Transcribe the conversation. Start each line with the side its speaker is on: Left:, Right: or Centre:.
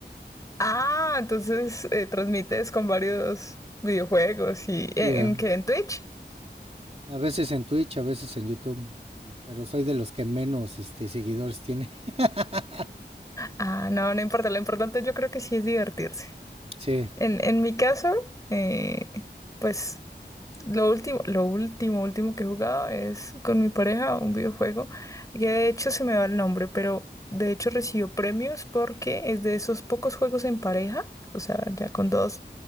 Left: Ah, entonces eh, transmites con varios videojuegos y
Right: Sí,
Left: ¿en,
Right: a
Left: en qué? ¿En Twitch?
Right: a veces en Twitch, a veces en YouTube, pero soy de los que menos este, seguidores tiene. <laughs>
Left: Ah, no, no importa. Lo importante yo creo que sí es divertirse.
Right: Sí,
Left: En, en mi caso, eh, pues lo último, lo último, último que he jugado es con mi pareja un videojuego que de hecho se me va el nombre, pero de hecho recibió premios porque es de esos pocos juegos en pareja, o sea, ya con dos,